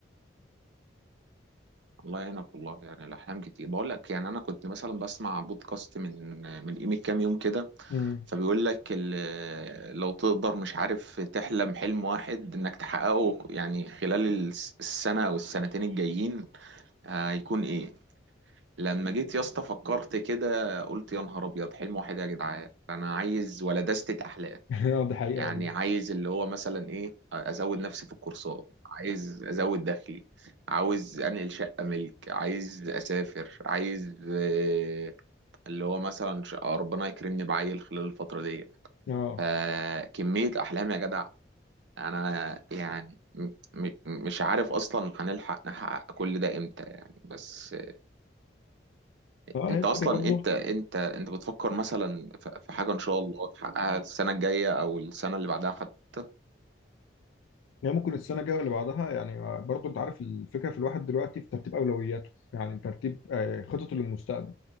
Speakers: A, on the right (about 65°); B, on the left (about 85°).
A: الله يعينك والله يعني الاحلام كتير بقول لك يعني انا كنت مثلا بسمع بودكاست من من قيمه كام يوم كده
B: امم
A: فبيقول لك ال- لو تقدر مش عارف تحلم حلم واحد انك تحققه يعني خلال الس- السنه او السنتين الجايين آه، هيكون ايه لما جيت يا اسطى فكرت كده قلت يا نهار ابيض حلم واحد إيه يا جدعان انا عايز ولا دستة احلام
B: <laughs> اه دي حقيقه
A: يعني
B: والله
A: عايز اللي هو مثلا ايه ازود نفسي في الكورسات عايز ازود دخلي عاوز انقل شقة ملك عايز اسافر عايز آه، اللي هو مثلا ش- ربنا يكرمني بعيل خلال الفترة دي
B: اه
A: فكمية احلام يا جدع انا يعني م- م- مش عارف اصلا هنلحق نحقق كل ده امتى يعني بس
B: فهي
A: انت
B: الفكره
A: اصلا
B: برضه
A: انت انت انت بتفكر مثلا في في حاجة ان شاء الله تحققها السنة الجاية او السنة اللي بعدها حتى
B: يعني ممكن السنه الجايه اللي بعدها يعني برضه انت عارف الفكره في الواحد دلوقتي في ترتيب اولوياته يعني ترتيب آه، خططه للمستقبل